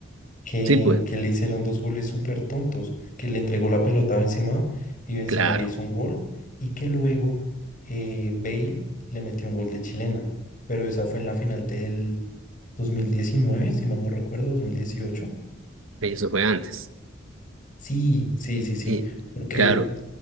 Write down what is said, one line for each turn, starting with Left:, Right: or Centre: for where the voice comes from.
Left: que,
Right: Sí, pues,
Left: que le hicieron dos goles súper tontos, que le entregó la pelota a Benzema y Benzema
Right: claro,
Left: le hizo un gol y que luego eh, Bale le metió un gol de chilena, pero esa fue en la final del 2019 si mal no recuerdo, dos mil dieciocho
Right: eso fue antes.
Left: Sí, sí, sí, sí.
Right: Y
Left: Porque
Right: claro,